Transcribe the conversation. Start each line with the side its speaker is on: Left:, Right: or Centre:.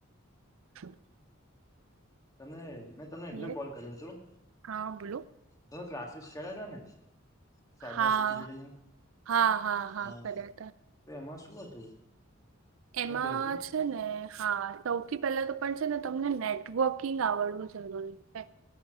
Right: <unintelligible>
Left: તમે મે તમને એટલ
Right: યસ
Left: કોલ કર્યું
Right: હા બોલો
Left: હતું ક્લા સ કર ત ને સાયબર
Right: હા
Left: સિક્યુરિટીના
Right: હા
Left: હા
Right: કર્યા હતા
Left: તો એમાં શું હતું
Right: એમાં
Left: મેં કેશું
Right: છે ને હા સૌથી પહેલા પણ છે ને તમને નેટવર્કિંગ આવડવું જરૂરી છે.